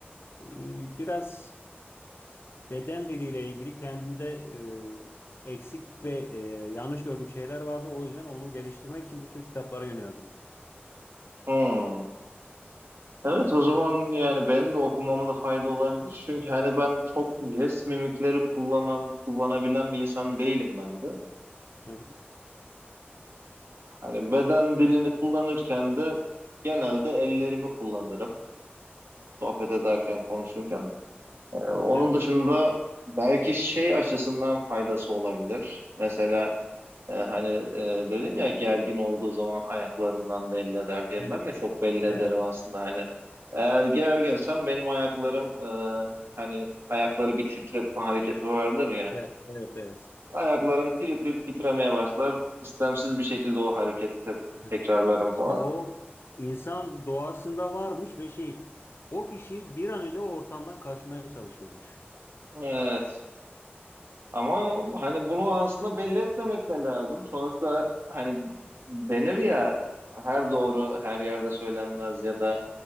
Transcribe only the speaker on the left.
Ee, biraz beden diliyle ilgili kendinde e, eksik ve e, yanlış gördüğüm şeyler vardı. O yüzden onu geliştirmek için bu tür kitaplara yöneldim.
Hı hı.
Evet,
evet,
evet,
evet, evet, evet.
Hı.
İşte o insan doğasında varmış ve şey, o kişi bir an önce o ortamdan kaçmaya çalışıyormuş.